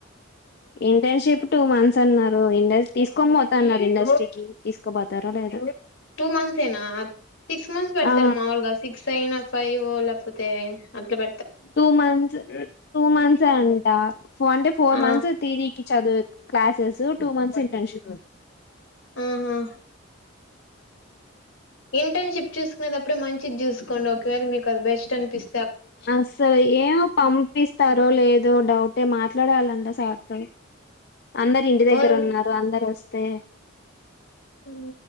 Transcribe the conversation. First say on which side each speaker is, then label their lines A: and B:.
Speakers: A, on the left; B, on the left.
A: ఇంటర్న్షిప్ టూ మంత్స్ అన్నారు ఇండస్ తీసుకొని పోతా అన్నారు ఇండస్ట్రీకి తీసుకోపోతారో లేద్
B: టూ మంత్స్ ఏనా సిక్స్ మంత్స్ పెడతారే
A: ఆ
B: మావులుగా సిక్స్ అయినా ఫైవ్ ఊ లే తే అంత బ
A: టూ మంత్స్ టూ మంత్స్ ఏ అంట అంటే ఫోర్
B: ఆ
A: మంత్స్ తిరికి చదువు క్లాసెసు టూ మంత్స్ ఇంటర్న్షిప్ ఉ
B: ఆహా ఇంటర్న్షిప్ చూసుకునేటప్పుడే మంచిది చూసుకోండి ఒకవేళ మీకు అది బెస్ట్ అనిపిస్
A: అస్సలు ఏమో పంపిస్తారో లేదో డౌటే మాట్లాడాలా అంట సార్ తో అందరు ఇంటి
B: వాళ్ళు
A: దగ్గర ఉన్నారు అందరు వస్తే
B: ఊ